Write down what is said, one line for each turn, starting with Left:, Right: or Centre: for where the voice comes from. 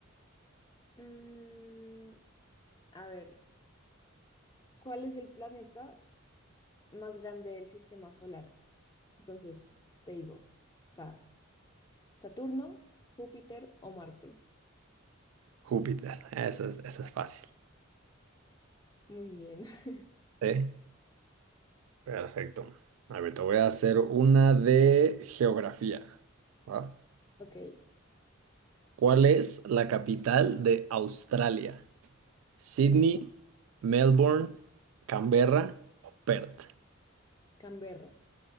Left: mm, a ver, ¿cuál es el planeta más grande del sistema solar? Entonces, te digo, está Saturno, Júpiter o Marte.
Right: Júpiter. Esa es, esa es fácil.
Left: Muy bien, <laughs>
Right: Sí, perfecto. A ver, te voy a hacer una de geografía. ¿va?
Left: ok.
Right: ¿Cuál es la capital de Australia? ¿Sydney,
Left: Eh,
Right: Melbourne, Canberra o Perth?
Left: Canberra.